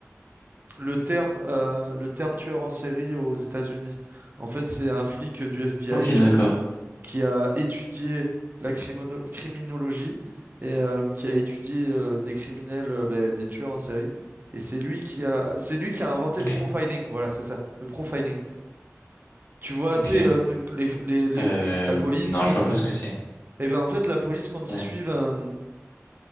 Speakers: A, on the right (about 40°); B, on the left (about 55°).
A: le terme, euh, le terme tueur en série aux États-Unis. En fait, c'est un flic du FBI,
B: Ok, d'accord.
A: qui a étudié la crimono- criminologie et euh, qui a étudié euh, des criminels, euh, bah, des tueurs en série. Et c'est lui qui a, c'est lui qui a inventé
B: Ok,
A: le profiling. Voilà, c'est ça, le profiling. Tu vois,
B: ok.
A: tu sais, euh, les- les- les-
B: Euh,
A: la police
B: non,
A: quand,
B: je vois pas ce que c'est.
A: eh ben en fait, la police quand
B: Ouais.
A: ils suivent un,